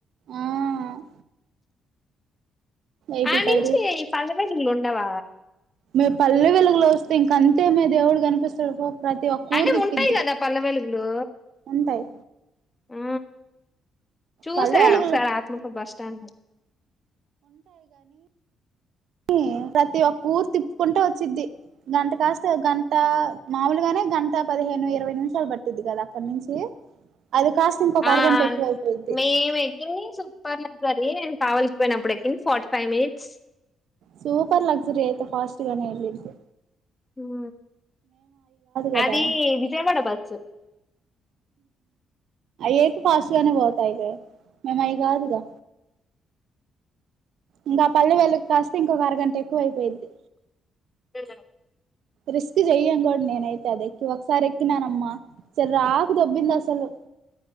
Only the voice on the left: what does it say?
ఆడి
నుంచి
ఈ పల్లె వెలుగులు ఉండవా
అంటే
ఉంటాయి కదా పల్లె వెలుగులు
ఆ చూసా
ఒకసారి ఆత్మకూర్ బస్ స్టాండ్ లో
ఆ
మేము ఎక్కింది సూపర్ లకారి నేను కావలసిపోయినప్పుడు ఎక్ in forty five minutes
హ
అది విజయవాడ బస్సు
లే